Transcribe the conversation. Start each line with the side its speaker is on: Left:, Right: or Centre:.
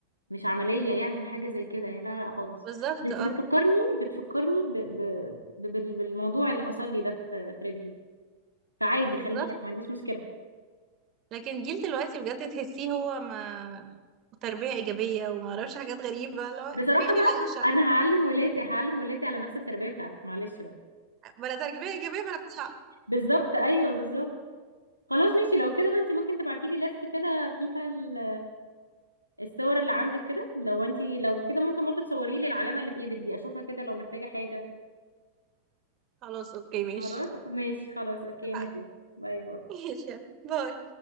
Left: مش عمليه يعني وحاجه زي كده يعني لا لا خالص
Right: بالظبط
Left: بس
Right: اه
Left: بتفكرني بتفكرني ب... ب... ب... بال- بالموضوع اللي حصل لي ده في في رجلي فعادي
Right: بالظبط
Left: خليها ما عنديش مشكله
Right: لكن الجيل دلوقتي بجد تحسيه هو ما تربية إيجابية وما أعرفش حاجات غريبة اللي هو
Left: بصراحه
Right: فين
Left: بقى
Right: العيشة
Left: انا هعلم ولادي هعلم ولادي على نفس التربيه بتاعتي معلش بقى
Right: بلا تربية إيجابية بلا بتاع
Left: بالظبط ايوه بالظبط خلاص ماشي لو كده بقى انت ممكن تبعتي لي لست كده فيها ال- الصور اللي عندك كده لو انت لو كده ممكن برضه تصوري لي العلامه اللي في ايدك دي اشوفها كده لو محتاجه حاجه
Right: خلاص أوكي ماشي
Left: خلاص ماشي خلاص اوكي
Right: اتفقنا.
Left: نادي باي باي
Right: <laughs> ماشي يعني باي